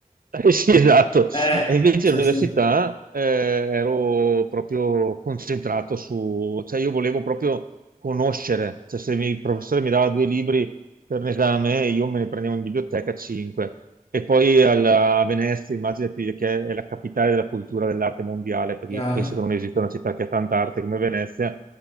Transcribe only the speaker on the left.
Eh,
sì,
sì,
chiaro.